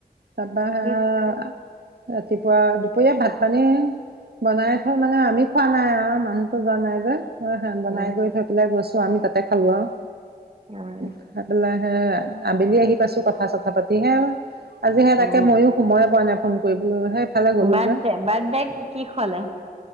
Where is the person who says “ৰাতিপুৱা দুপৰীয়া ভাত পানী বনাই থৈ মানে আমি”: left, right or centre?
Right